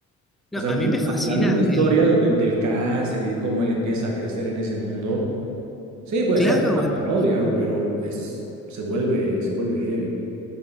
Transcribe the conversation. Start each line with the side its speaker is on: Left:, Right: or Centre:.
Centre: No,
Right: O sea,
Centre: a
Right: la
Centre: mí
Right: misma,
Centre: me fascina
Right: la misma historia
Centre: el,
Right: de- del cáncer y de cómo él empieza a crecer en ese mundo. Sí, puede
Centre: claro,
Right: ser una
Centre: eh,
Right: parodia, ¿no? Pero es, se vuelve, se vuelve heavy.